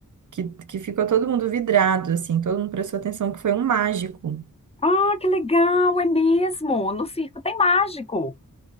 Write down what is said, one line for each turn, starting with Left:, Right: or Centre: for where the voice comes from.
Right: que, que ficou todo mundo vidrado, assim, todo mundo prestou atenção que foi um mágico.
Left: Ah, que legal, é mesmo. No circo tem mágico.